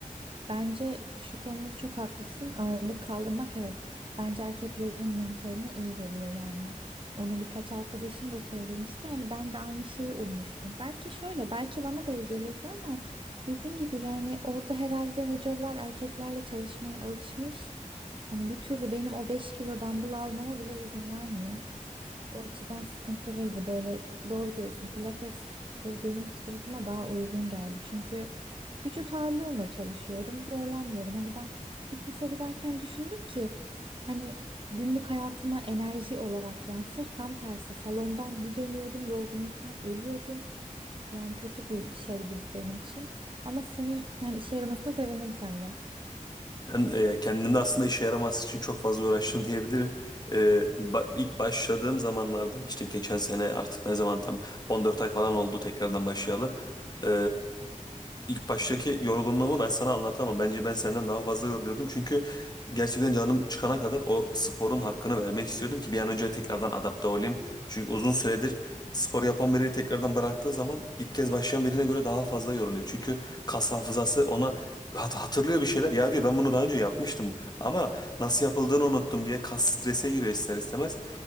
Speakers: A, on the right; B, on the left.
A: bence şu konuda çok haklısın. Ağırlık kaldırmak evet. Bence erkeklerin mentaline iyi geliyor yani. Onu birkaç arkadaşım da söylemişti. Hani ben de aynı şeyi ummuştum. Belki şöyle, belki bana da iyi gelirdi ama dediğim gibi yani orada herhalde hocalar erkeklerle çalışmaya alışmış. Hani bir türlü benim o 5 kilo dumbbell almama bile izin vermiyor. O açıdan sıkıntılıydı. Böyle doğru diyorsun. Pilates böyle benim fıtratıma daha uygun geldi. Çünkü vücut ağırlığımla çalışıyorum. Zorlanmıyorum. Hani ben fitness'a giderken düşündüm ki hani günlük hayatıma enerji olarak yansır. Tam tersi salondan bir dönüyordum. Yorgunluktan ölüyordum. Yani kötü bir şeydi benim için. Ama senin yani işe yaramasına sevindim sende.
B: Ben e, kendimde aslında işe yaramaz için çok fazla uğraştım diyebilirim. E, ba- ilk başladığım zamanlarda işte geçen sene artık ne zaman tam 14 ay falan oldu tekrardan başlayalı. E, ilk baştaki yorgunluğumu ben sana anlatamam. Bence ben senden daha fazla yoruluyordum. Çünkü gerçekten canım çıkana kadar o sporun hakkını vermek istiyordum ki bir an önce tekrardan adapte olayım. Çünkü uzun süredir spor yapan biri tekrardan bıraktığı zaman ilk kez başlayan birine göre daha fazla yoruluyor. Çünkü kas hafızası ona hat- hatırlıyor bir şeyler. Ya diyor ben bunu daha önce yapmıştım ama nasıl yapıldığını unuttum diye kas strese giriyor ister istemez.